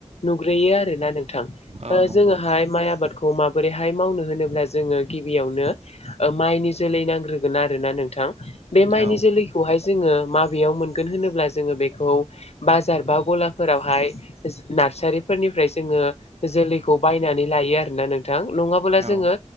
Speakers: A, on the left (about 55°); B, on the right (about 60°).
A: नुग्रोयो आरोना नोंथां
B: औ
A: ओ
B: नंगौ
A: जोङोहाय माइ आबादखौ माबोरैहाय मावनो होनो- ब्ला जोङो गिबियावनो ओ माइनि जोलै नांग्रोगोन आरोना नोंथां। बे माइनि
B: औ
A: जोलैखौहाय जोङो माबेयाव मोनगोन होनोब्ला जोङो बेखौ बाजार बा गलाफोरावहाय नारसारि फोरनिफ्राय जोङो जोलैखौ बायनानै लायो आरोना नोंथां नङाबोला
B: औ
A: जोङो